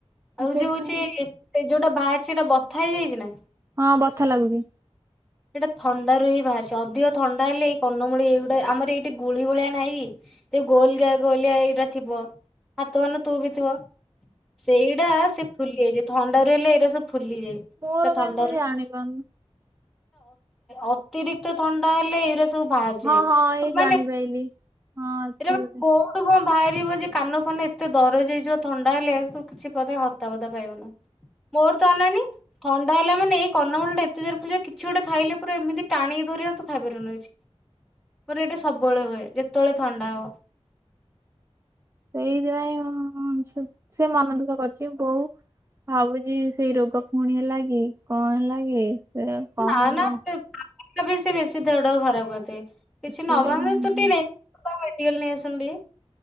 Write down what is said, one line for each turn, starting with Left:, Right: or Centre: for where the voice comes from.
Centre: ଆଉ
Right: ସେଥିପାଇଁ
Centre: ଯୋଉ ହଉଛି ସେ ଯୋଉଟା ବାହାରିଛି ସେଟା ବଥା ହେଇଯାଇଛି ନା।
Right: ହଁ ବଥା ଲାଗୁଛି।
Centre: ସେଇଟା ଥଣ୍ଡାରୁ ର ହିଁ ବାହିଛି ଅଧିକ ଥଣ୍ଡା ହେଲେ ଏଇ କନମୂଳି ଏଇ ଗୋଟେ ଆମର ଏଇଠି ଗୁଳି ଭଳିଆ ନାହିଁ। ତ ଗୋଲ ଗ ଗୋଳିଆ ଏଇଟା ଥିବ ହାତମାନ ତୁ ବି ଥିବ। ସେଇଟା ସେ ଫୁଲି ଯାଇଛି ଥଣ୍ଡା ର ହେଲେ ଏଇଟା ସବୁ ଫୁଲିଯାଏ।
Right: ମୋର
Centre: ପୁରା ଥଣ୍ଡାରୁ
Right: କାଇଁ ମୁ ଜାଣି ପାରୁନି।
Centre: ଅତିରିକ୍ତ ଥଣ୍ଡା ହେଲେ ଏଇରା। ସବୁ ବାହାରି ଯାଏ
Right: ହଁ ହଁ
Centre: ତ
Right: ଏଇ
Centre: ମାନେ।
Right: ଜାଣିପାଇଲି ହଁ ଅଛି
Centre: ତୁ
Right: ବୋଧେ
Centre: କଣ ବାହାରିବ ଯେ କାନ ଫାନ ଏତେ ଦରଜ ହେଇଯିବ ଥଣ୍ଡା ହେଲେ ତୁ କିଛି ହତାବତା ପାଇବୁନୁ। ମୋର ତ ଅନାନି ଥଣ୍ଡା ହେଲା ମାନେ ଏଇ କରନମୂଳ ଟା ଏତେ ଜରେ ବିନ୍ଧୁଛି। କିଛି ଗୋଟେ ଖାଇଲେ ପୁରା ଏମିତି ଟାଣିିକ ଧରିବା ତୁ ଖାଇ ପାରିବୁନୁକିଛି। ପରେ ଏଇଟା ସବୁବେଳେ ହୁଏ ଯେତେବେଳେ ଥଣ୍ଡା ହବ।
Right: ସେଇଥିପାଇଁ ସେ ମନ ଦୁଃଖ କରିଛି ବୋଉ। ଭାବୁଛି ସେଇ ରୋଗ ପୁଣି ହେଲା କି କଣ ହେଲା କି। ସେ କଣ
Centre: ନା
Right: ହବ
Centre: ନା ବି ସେ ବେଶୀ ଦେହଟାକୁ ଖରାପ କରିଥାଏ କିଛି
Right: ସେ
Centre: ନବାଧ ତୁ ଟେ। ମେଡିକାଲ ନେଇ ଆସୁନୁ ଟିକିଏ।